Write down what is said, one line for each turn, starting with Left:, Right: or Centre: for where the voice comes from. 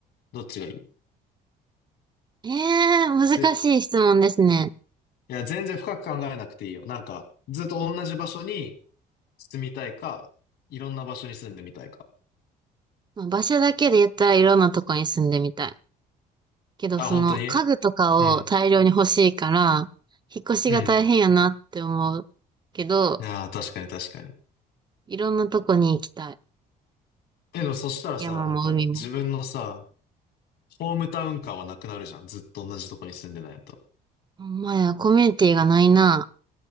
Left: どっちがいい
Right: えー、難しい質問ですね。
Left: ぜ、いや、全然深く考えなくていいよ。なんか、ずっと同じ場所に住みたいか、いろんな場所に住んでみたいか。
Right: まあ場所だけで言ったらいろんなとこに住んでみたい。けど、
Left: あ、
Right: その家具とかを大量に欲しいから、
Left: 本当にうん。
Right: 引っ越しが大変やなって思うけど、
Left: うん。ああ、確かに確かに。
Right: いろんなとこに行きたい。
Left: え、でもそしたらさ、
Right: 山も海も。
Left: なんか、自分のさ、ホームタウン感はなくなるじゃん。ずっと同じとこに住んでないと。
Right: ほんまや、コミュニティがないな。